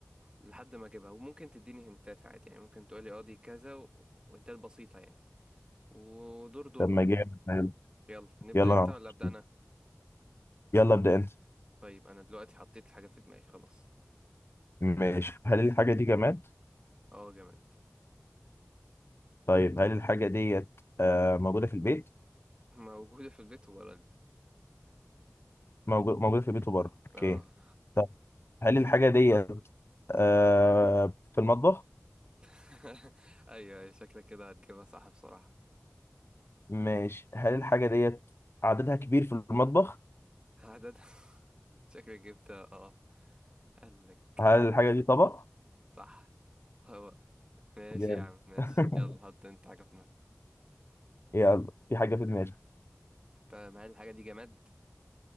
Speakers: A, on the right; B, on the left.
A: لحد ما اجيبها وممكن تديني هنتات عادي يعني ممكن تقول لي اه دي كذا و... وهنتات بسيطة يعني ودور دور
B: طب
A: بقى
B: ما جامد حلو.
A: يلا هنبدأ
B: يلا
A: انت
B: انا عارف.
A: ولا ابدأ انا
B: يلا ابدا انت
A: طيب انا دلوقتي حطيت الحاجة في دماغي خلاص
B: ماشي هل الحاجه دي جماد
A: اه جامد
B: طيب هل الحاجه ديت آه موجوده في البيت
A: <laughs> موجودة في البيت وبره البيت
B: موجو- موجوده في البيت وبره اوكي
A: اه
B: طب هل الحاجه ديت آه في المطبخ
A: <laughs> ايوه أيوة، شكلك كده هتجيبها صح بصراحة
B: ماشي هل الحاجه ديت عددها كبير في المطبخ
A: عدد <laughs> شكلك جبتها اه قال لك
B: هل الحاجه دي طبق
A: صح طب ماشي
B: جامد
A: يا عم ماشي
B: <laughs>
A: يلا حط انت حاجة في دماغك
B: يلا في حاجه في دماغي
A: تمام هل الحاجة دي جماد